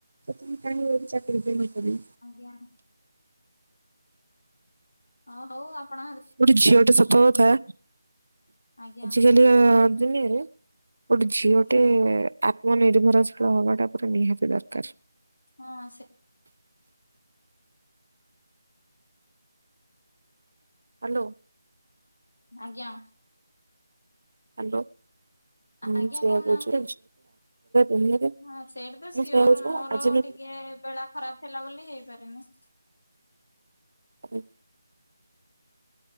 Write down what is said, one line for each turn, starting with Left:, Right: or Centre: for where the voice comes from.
Right: ତମ କହି ଚାକିରି ଦେଇ ନ କରି।
Left: ଆଜ୍ଞା। ହଁ ହଉ ଆପଣ
Right: ଗୋଟେ ଝିଅ ଟା ସତ ଥାଏ
Left: ଆଜ୍ଞା
Right: ଆଜିକାଲି ଦିନରେ ଗୋଟେ ଝିଅ
Left: ଆଜ୍ଞା
Right: ଗୋଟେ ମୋ ନିର୍ଭରଶୀଳ ହବାଟା ପରେ ନିହାତି ଦରକାର।
Left: ହଁ ସେ
Right: ହାଲୋ।
Left: ଆଜ୍ଞା।
Right: ହ୍ୟାଲୋ ହୁଁ
Left: ଆଜ୍ଞା
Right: ସେଇଆ
Left: କହୁନାହାନ୍ତି।
Right: କହୁଛ ଦୁନିଆରେ
Left: ହଁ ସେଇଠି ତ
Right: ମୁଁ
Left: ସିଓର
Right: ସେଇଆ କହୁଛି
Left: ମୋର
Right: ପା ଆଜିକାଲି
Left: ଟିକେ ବେଳା ଖରାପ ଥିଲା ବୋଲି ହେଇପାରିନି।
Right: ହୁଁ।